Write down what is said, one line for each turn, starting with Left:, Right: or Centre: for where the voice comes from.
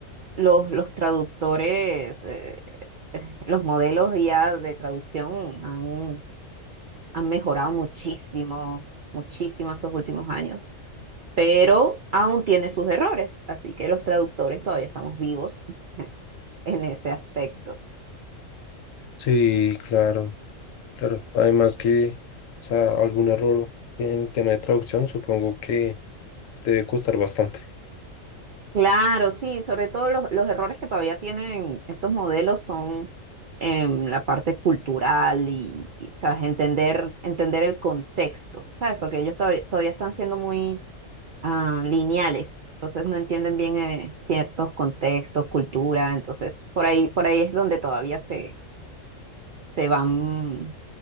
Right: los, los traductores, eh, los modelos ya de traducción han, han mejorado muchísimo, muchísimo estos últimos años. pero aún tiene sus errores, así que los traductores todavía estamos vivos <laughs> en ese aspecto.
Left: sí, claro, claro. Además que, o sea, algún error en el tema de traducción supongo que debe costar bastante.
Right: Claro, sí, sobre todo los, los errores que todavía tienen estos modelos son en la parte cultural y, y, ¿sabes? Entender, entender el contexto, ¿sabes? Porque ellos todavía, todavía están siendo muy ah, lineales, entonces no entienden bien eh, ciertos contextos, cultura, entonces por ahí, por ahí es donde todavía se, se van